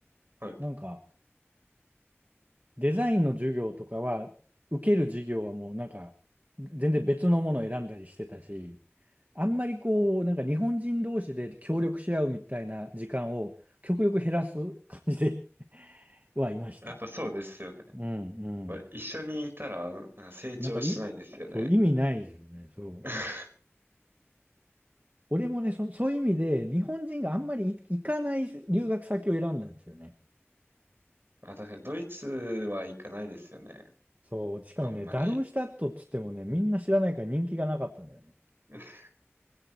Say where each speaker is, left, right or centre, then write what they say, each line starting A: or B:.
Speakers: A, on the right; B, on the right.
A: はい。
B: なんか、デザインの授業とかは、受ける授業はもうなんか、全然別のものを選んだりしてたし、あんまりこう、なんか日本人同士で協力し合うみたいな時間を極力減らす感じで <laughs> はいました。
A: やっぱそうですよね。
B: うん、うん。
A: やっぱ一緒にいたら、あの成長しないですよね。
B: なんかい、そう、意味ないですよね、そう。
A: <laughs>
B: 俺もね、そ、そういう意味で、日本人があんまりい行かない留学先を選んだんですよね。
A: あ、確かにドイツは行かないですよね。
B: そう、しかもね、
A: あんまり。
B: ダルムシュタットっつってもね、みんな知らないから人気がなかったんだよね。
A: <laughs>